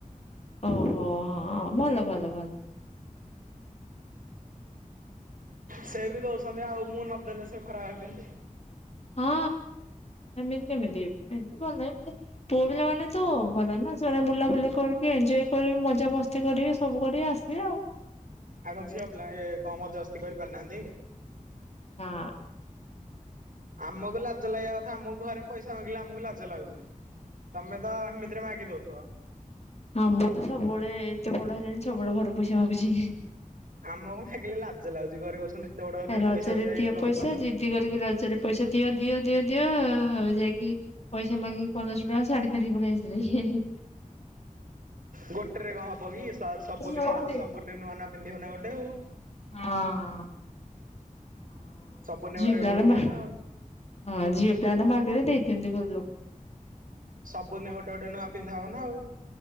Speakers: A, on the left; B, on the right.
A: ଓହୋ ହଁ ଭଲ ଭଲ ଭଲ।
B: ସେ ବି ଦଉଛନ୍ତି ଆଉ ମୁଁ ନଦେଲେ ସେ ଖରାପ ଭାବିବେନି।
A: ହଁ ସେମିତି କେମିତି ଏମିତି ଭଲେ ପୁଅ ପିଲାମାନେ ତ ଭଲ ନା ସେମାନେ ବୁଲାବୁଲି କରିକି ଏଞ୍ଜୟ୍ କରିବେ ମଜାମସ୍ତି କରିବେ ସବୁ କରିବେ ଆସିବେ ଆଉ।
B: ଆଉ କଣ ଝିଅ ପିଲା ଏ କଣ ମଜା ମସ୍ତି କରିପାରୁନାହାନ୍ତି?
A: ନା।
B: ଆମକୁ ଲାଜ ଲାଗିବା କଥା ଆମକୁ ଘରେ ପଇସା ମାଗିଲେ ଆମକୁ ଲାଜ ଲାଗୁଛି। ତମେ ତ ଏମିତିରେ ମାଗି ଦଉଥବ
A: ହଁ ମୁଁ ତ ସବୁବଳେ ଏତେ ବଡ ହେଲିଣି ସବୁବଳେ ଘରୁ ପଇସା ମାଗୁଚି।
B: ଆମକୁ ମାଗିଲେ ଲାଜ ଲାଗୁଚି ଘରେ କହୁଚନ୍ତି ଏତେ ବଡ ହେଲୁଣି
A: ଏ ରଜରେ
B: ପଇସା ଫଇସା
A: ଦିଅ
B: ଇନକମ
A: ପଇସା
B: କରୁନ।
A: ଜିଦି କରିକି ରଜରେ ପଇସା ଦିଅ ଦିଅ ଦିଅ ଦିଅ ଆଉ ଯାଇକି ପଇସା ମାଗିକି ପନ୍ଦରଶହ ଟଙ୍କା ଶାଢ଼ୀ ଧରିକି ପଳେଇଆସିଥିଲି
B: ଗୋଟେରେ କଣ ହବ କି ସବୁଦିନ
A: ହଁ।
B: ସବୁଦିନ ନୂଆ ନୂଆ ପିନ୍ଧିବନା ଗୋଟେ ଆଉ।
A: ହଁ ଆଉ
B: ସବୁଦିନେ
A: ଝିଅପିଲାରା
B: ଗୋଟେ ଗୋଟେ ପିନ୍ଧିବ
A: ନା ହଁ
B: ଆଉ
A: ଝିଅ ପିଲାଟା ମାଗିଲେ ଦେଇଦିଅନ୍ତି ଘର ଲୋକ
B: ସବୁଦିନ ଗୋଟେ ଗୋଟେ ନୂଆ ପିନ୍ଧା ହବ ନା ଆଉ।